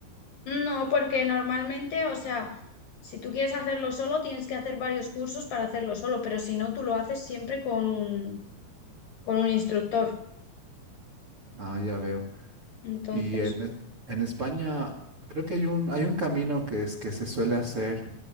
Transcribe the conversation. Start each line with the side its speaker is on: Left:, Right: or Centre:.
Left: No, porque normalmente, o sea, si tú quieres hacerlo solo, tienes que hacer varios cursos para hacerlo solo, pero si no, tú lo haces siempre con un, con un instructor.
Right: Ah, ya veo.
Left: Entonces,
Right: Y en, es- en España creo que hay un, hay un camino que, es, que se suele hacer